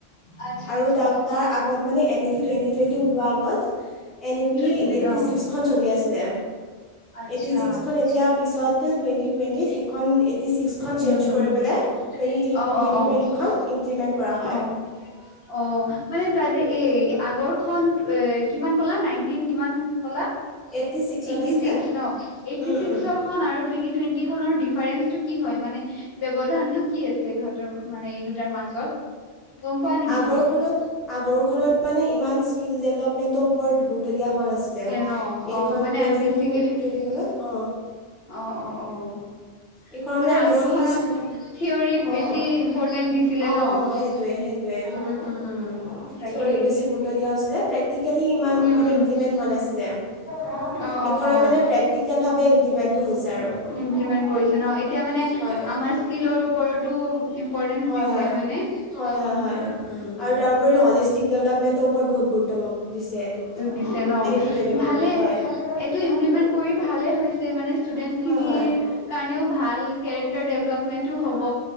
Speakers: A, on the left; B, in the centre.
A: আচ্ছা
B: আৰু
A: আচ্ছা
B: তাৰ, তাৰ আগত মানে N E P twenty twenty ওলোৱাৰ আগত N E P
A: twenty
B: eighty
A: অ
B: ছিক্সখন চলি আছিলে।
A: আচ্ছা
B: এইটি ছিক্সখন এতিয়া পিছত টুৱেন্টি টুৱেণ্টিত সেইখন এইটি ছিক্সখন
A: হুম
B: চেঞ্জ
A: হুম
B: কৰি
A: হুম
B: পেলাই <unintelligible> টুৱেটি,
A: অ
B: টুৱেণ্টিখন
A: অ অ
B: ইমপ্লিমেণ্ট কৰা হয়
A: অ', অ', মানে তাৰে এই আগৰখন এ কিমান ক'লা? নাইনটিন কিমান ক'লা?
B: এইট্টি ছিক্সত
A: এইটি
B: আছিলে
A: ছিক্স ন? এইটি
B: উম,
A: ছিক্সৰ
B: উম।
A: খন আৰু টুৱেন্টি, টুৱেন্টি খনৰ ডিফাৰেন্সটো কি হয় মানে? ব্যবধানটো কি আছে ইহঁতৰ মানে এই দুটাৰ মাজত? গম পোৱা নেকি
B: আগৰখনত
A: তুমি
B: আগৰখনত মানে ইমান স্কিল ডেভলপমেন্টৰ ওপৰত গুৰুত্ব দিয়া হোৱা নাছিলে
A: ন অ
B: এইখন
A: মানে
B: টুৱেণ্টি
A: বেচিকেলি
B: টু টুৱেণ্টিখনত অ,
A: অ', অ', অ'।
B: এইখনত
A: মানে আগৰখনত
B: বেছি স্কিল
A: থিয়ৰিক
B: অঁ
A: বেছি ইম্পৰ্টেন্ট দিছিলে
B: অঁ
A: ন?
B: অঁ সেইটোৱে সেইটোৱে
A: উম, উম, উম। উম তাকেই
B: থিয়ৰীক বেছি গুৰুত্ব দিয়া হৈছিলে, প্ৰেক্টিকেলি ইমান
A: উম
B: মানে
A: উম
B: ইমপ্লিমেণ্ট হোৱা নাছিলে।
A: অ',
B: এইখনত
A: অ', অ',
B: মানে প্ৰেক্টিকেলভাৱে ইমপ্লিমেণ্টটো হৈছে আৰু
A: ইমপ্লিমেণ্ট কৰিছে ন', এতিয়া মানে
B: হয়।
A: আমাৰ স্কিলৰ ওপৰতো ইম্পৰৰ্টেঞ্চ
B: হয়
A: দিছে
B: হয়
A: হয়নে?
B: হয় হয়
A: উম,
B: হয়
A: উম, উম, উম।
B: আৰু তাৰোপৰি হলিষ্টিক ডেভেলপমেণ্টৰ ওপৰত বহুত গুৰুত্ব দিছে এইটোত।
A: শ শ ন
B: এন ই পি টুৱেণ্টি টুৱেণ্টিত
A: ভালে
B: হয়
A: এইটো ইমপ্লিমেণ্ট কৰি ভালে হৈছে মানে। ষ্টুডেণ্টছখিনিৰ
B: হয় হয়
A: কাৰণেও ভাল কেৰেক্টাৰ ডেভেলপমেণ্টো হ'ব